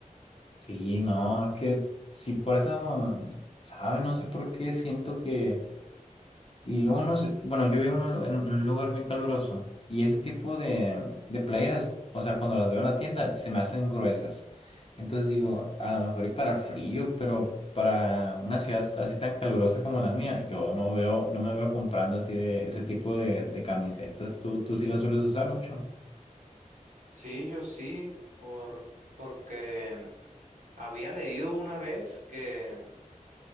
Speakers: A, on the left; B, on the right.
A: Sí, no, que sí, por eso, ¿sabe? No sé por qué siento que. Y luego no sé, bueno, yo vivo en un, lu- en un lugar muy caluroso y ese tipo
B: Sí.
A: de, de playeras, o sea, cuando las veo en la tienda, se me hacen gruesas. Entonces digo, a lo mejor y para frío, pero para una ciudad así tan calurosa como la mía, yo no veo, no me veo comprando así de ese tipo de, de camisetas. ¿Tú, tú sí las sueles usar mucho?
B: Sí, yo sí, por porque había leído una vez que